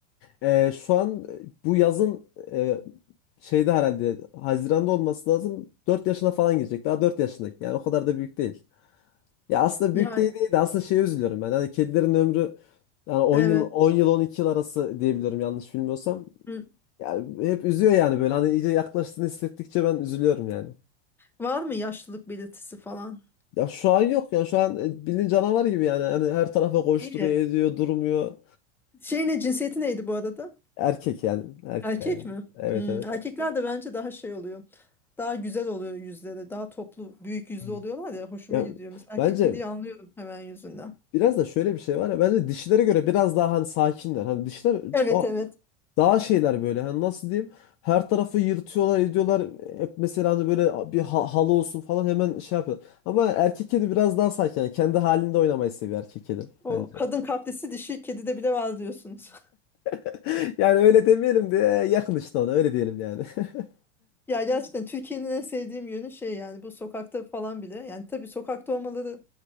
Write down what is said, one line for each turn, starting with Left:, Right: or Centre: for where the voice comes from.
Left: Ee, şu an e, bu yazın e, şeyde herhalde Haziran'da olması lazım. dört yaşına falan girecek. Daha 4 yaşındaki. Yani o kadar da büyük değil. Ya aslında
Centre: Yani
Left: büyük değil değil de aslında şeye üzülüyorum ben. Hani kedilerin ömrü yani on
Centre: evet.
Left: yıl on yıl 12 yıl arası diyebiliyorum yanlış bilmiyorsam.
Centre: Hı.
Left: Yani hep üzüyor yani böyle hani iyice yaklaştığını hissettikçe ben üzülüyorum yani.
Centre: Var mı yaşlılık belirtisi falan?
Left: Ya şu an yok Ya şu an e, bildiğin canavar gibi yani. Hani her tarafa koşturuyor,
Centre: İyi.
Left: ediyor, durmuyor.
Centre: Şey ne cinsiyeti neydi bu arada?
Left: Erkek yani. Erkek
Centre: Erkek
Left: yani.
Centre: mi?
Left: Evet
Centre: Hmm,
Left: evet.
Centre: erkekler de bence daha şey oluyor. Daha güzel oluyor yüzleri. Daha toplu, büyük yüzlü
Left: Hı.
Centre: oluyorlar ya. Hoşuma
Left: Ya
Centre: gidiyor. Mesela erkek
Left: Bence
Centre: kediyi anlıyorum hemen yüzünden.
Left: Biraz da şöyle bir şey var ya bence dişilere göre biraz daha hani sakinler. Hani dişiler
Centre: Evet
Left: o
Centre: evet.
Left: daha şeyler böyle. Hani nasıl diyeyim? Her tarafı yırtıyorlar, ediyorlar. Hep mesela hani böyle bir ha- halı olsun falan hemen şey yapıyor. Ama erkek kedi biraz daha sakin. Yani kendi halinde oynamayı seviyor erkek kedi
Centre: O
Left: bence.
Centre: kadın kaprisi dişi kedide bile var diyorsunuz.
Left: <laughs> Yani öyle demeyelim de yakın işte ona öyle diyelim yani. <laughs>
Centre: Ya gerçekten Türkiye'nin en sevdiğim yönü şey yani bu sokakta falan bile. Yani tabii sokakta olmaları